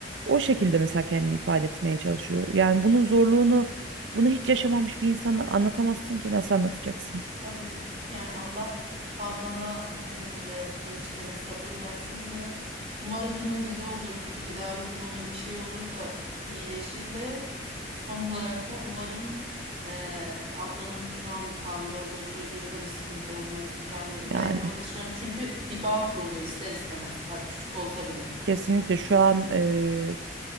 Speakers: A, on the right; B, on the right.
A: o şekilde mesela kendini ifade etmeye çalışıyor. Yani bunun zorluğunu bunu hiç yaşamamış bir insana anlatamazsın ki nasıl anlatacaksın?
B: Tabii yani Allah ablana e, ve eniştene sabır versin ve umarım bir mucize olur, bir tedavi bulunur, bir şey olur da iyileşir ve son <laughs> olarak da umarım e, ablanın şu an hamile olduğu çocuğunda bir sıkıntı olmaz. Yani
A: Yani
B: belki o da şu an çünkü bir bağ kuruluyor ister istemez ha, küçük olsa bile.
A: Kesinlikle şu an e,